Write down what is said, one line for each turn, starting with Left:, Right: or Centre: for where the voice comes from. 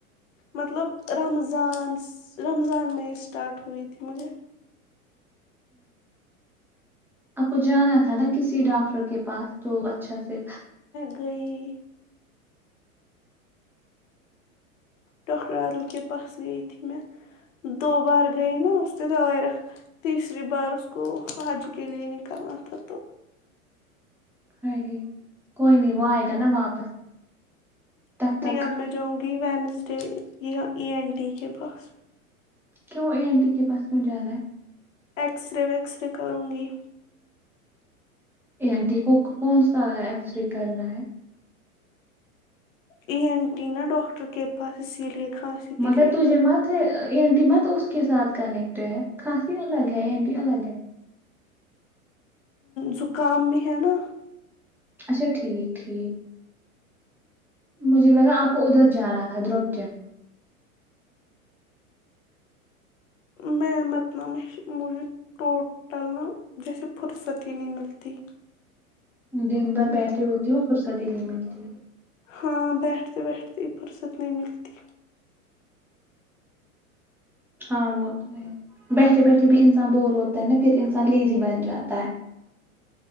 Left: مطلب رمضان رمضان میں اسٹارٹ ہوئی تھی مجھے
Centre: آ کو جانا تھا نا کسی ڈاکٹر کے پاس تو اچھا سے
Left: بئی ڈاکٹر عادل کے پاس گئی تھی میں دو بار گئے نا اس سے دوائی تیسری بار اس کو حج کے لے نکلنا تھا تو
Centre: ہ کوئی نہیں وہ آئے گا نا واپس تب تک
Left: نہیں اب میں جاؤں گی گئ وینزڈے یہاں ای این ٹی کے پاس
Centre: کیوں اے این ٹی کے پاس کیوں جانا ہے
Left: ایکسرے ویکسرے کروں گی
Centre: ای این ٹی کو کون سا ایکس رے کرنا ہے
Left: ای این ٹی نہ ڈاکٹر کے پاس اسی لیے کھانسی کے
Centre: مگر
Left: لیے
Centre: تجھے مت ای این ٹی مت اس کے ساتھ کنیکٹ ہے کھانسی الگ ہے ای این ٹی الگ ہے
Left: زکام بھی ہے نہ
Centre: اچھا ٹھیک ٹھیک مجھے لگا آپ کو ادھر جانا تھا درگجن
Left: میں مت نہ میں مجھے ٹوٹل نہ جیسے فرصت ہی نہیں ملتی
Centre: دن بھر بیٹھی ہوتی ہو فرصتی نہیں ملتی
Left: ہاں بیٹھتے بیٹھتے فرصت نہیں ملتی
Centre: ہاں بہت بیٹھے بیٹھے جی بھی انسان بور ہوتا ہے نہ پھر انسان لیزی بن جاتا ہے